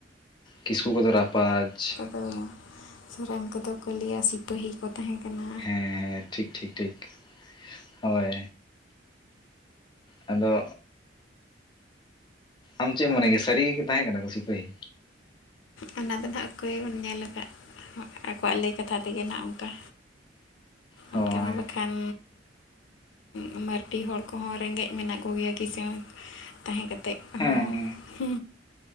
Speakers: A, on the left; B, on the left.
A: ᱠᱤᱥᱠᱩ ᱠᱚᱫᱚ ᱨᱟᱯᱟᱡᱽ
B: ᱛᱚ ᱥᱚᱨᱮᱱ ᱠᱚᱫᱚ ᱠᱚ ᱞᱟᱹᱭᱟ ᱥᱤᱯᱟᱹᱦᱤ ᱠᱚ ᱛᱟᱦᱮᱸ ᱠᱟᱱᱟ
A: ᱦᱮᱸ ᱴᱷᱤᱠ ᱴᱷᱤᱠ ᱴᱷᱤᱠ ᱦᱚᱭ ᱟᱫᱚ ᱟᱢ ᱪᱮᱫ ᱮᱢ ᱢᱚᱱᱮ ᱜᱮᱭᱟ ᱥᱟᱹᱨᱤ ᱜᱮ ᱠᱤ ᱛᱟᱦᱮᱸ ᱠᱟᱱᱟ ᱠᱚ ᱥᱤᱯᱟᱹᱦᱤ
B: ᱚᱱᱟ ᱫᱚ ᱱᱟᱦᱟᱜ ᱚᱠᱚᱭ ᱵᱚᱱ ᱧᱮᱞ ᱠᱟᱫ ᱟᱠᱚᱣᱟᱜ ᱞᱟᱹᱭ ᱠᱟᱛᱷᱟ ᱛᱮᱜᱮ ᱱᱟᱦᱟᱜ ᱚᱱᱠᱟ
A: ᱦᱳᱭ
B: ᱚᱱᱠᱟ ᱢᱟ ᱵᱟᱠᱷᱟᱱ ᱩᱱ ᱢᱟᱨᱰᱤ ᱦᱚᱲ ᱠᱚᱦᱚᱸ ᱨᱮᱸᱜᱮᱡ ᱢᱮᱱᱟᱜ ᱠᱚᱜᱮᱭᱟ ᱠᱤᱥᱟᱹᱬ ᱛᱟᱦᱮᱸ ᱠᱟᱛᱮᱫ ᱦᱚᱸ
A: ᱦᱮᱸ
B: ᱦᱩ